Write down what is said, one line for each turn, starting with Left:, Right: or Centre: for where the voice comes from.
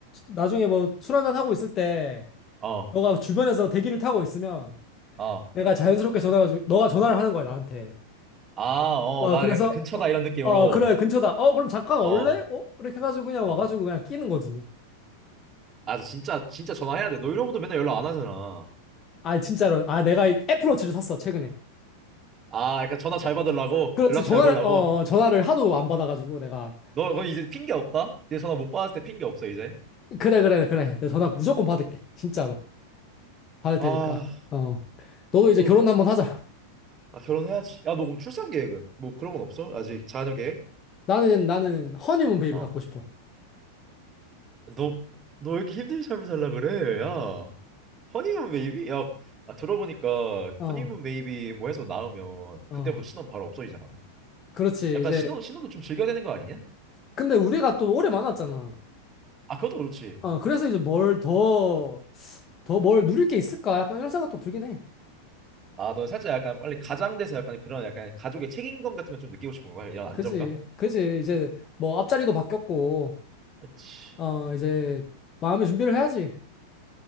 Left: 나중에 뭐, 술 한잔 하고 있을 때,
Right: 어.
Left: 너가 주변에서 대기를 타고 있으면,
Right: 어.
Left: 내가 자연스럽게 전화가, 주- 너가 전화를 하는 거야, 나한테.
Right: 아, 어,
Left: 어,
Right: 나
Left: 그래서,
Right: 약간 근처다 이런 느낌으로.
Left: 어, 그래, 근처다. 어, 그럼 잠깐 올래?
Right: 어,
Left: 어? 이렇게 해가지고 그냥
Right: 뭐.
Left: 와가지고 그냥 끼는 거지.
Right: 아, 너 진짜, 진짜 전화해야 돼. 너 이러고도 맨날 연락 안 하잖아.
Left: 아, 진짜로. 아, 내가 이 애플워치를 샀어, 최근에.
Right: 아, 약간 전화 잘 받으려고?
Left: 그렇지,
Right: 연락
Left: 전화를,
Right: 잘 보려고?
Left: 어, 어, 전화를 하도 안 받아가지고 내가.
Right: 너, 너 이제 핑계 없다? 이제 전화 못 받았을 때 핑계 없어, 이제.
Left: 그래, 그래, 그래. 내 전화 무조건 받을게, 진짜로. 받을
Right: 아,
Left: 테니까. 어. 너도
Right: 그것도
Left: 이제 결혼
Right: 그렇고.
Left: 한번 하자.
Right: 아, 결혼해야지. 야, 너 그럼 출산 계획은? 뭐 그런 건 없어? 아직 자녀 계획?
Left: 나는, 나는 허니문 베이비
Right: 어.
Left: 갖고 싶어.
Right: 너, 너 왜 이렇게 힘든 삶을 살라 그래? 야, 허니문 베이비? 야, 아, 들어보니까
Left: 어,
Right: 허니문 베이비 뭐 해서 낳으면
Left: 어.
Right: 그때부터 신혼 바로 없어지잖아.
Left: 그렇지.
Right: 약간
Left: 이제,
Right: 신혼, 신혼도 좀 즐겨야 되는 거 아니냐?
Left: 근데 우리가 또 오래 만났잖아.
Right: 아, 그것도 그렇지.
Left: 어, 그래서 이제 뭘 더, 더 뭘 누릴 게 있을까? 약간 이런 생각도 들긴 해.
Right: 아, 넌 살짝 약간 빨리 가장돼서 약간 그런 약간 가족의 책임감 같은 걸 좀 느끼고 싶은 건가? 이런 안정감?
Left: 그지. 그지. 이제 뭐 앞자리도 바뀌었고,
Right: 그렇지.
Left: 어, 이제 마음의 준비를 해야지.